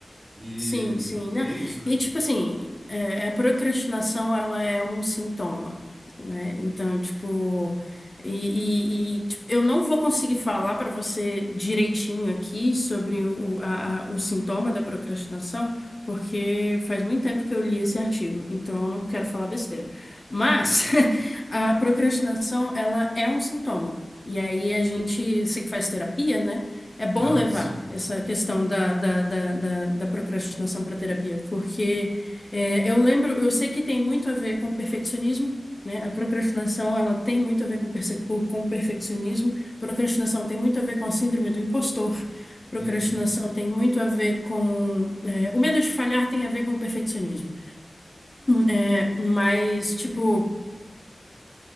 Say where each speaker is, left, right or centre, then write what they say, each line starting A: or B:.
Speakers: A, on the right; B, on the left.
A: E,
B: Sim, sim. né?
A: e é isso, velho.
B: E tipo assim, é, a procrastinação ela é um sintoma, né? Então, tipo, e, e- e, tipo, eu não vou conseguir falar para você direitinho aqui sobre o, a- a- o sintoma da procrastinação, porque faz muito tempo que eu li esse artigo, então eu não quero falar besteira. Mas
A: Justo.
B: <laughs> a procrastinação ela é um sintoma. E aí a
A: Uhum.
B: gente, você que faz terapia, né? É bom
A: <laughs>
B: levar
A: Sim.
B: essa questão da, da, da, da, da procrastinação para terapia, porque é, eu lembro, eu sei que tem muito a ver com perfeccionismo, né? A procrastinação, ela tem muito a ver com, perse- com com perfeccionismo, procrastinação tem muito a ver com a síndrome do impostor, procrastinação
A: Uhum.
B: tem muito a ver com... é, o medo de falhar tem a ver com o perfeccionismo.
A: Uhum.
B: É, mas, tipo...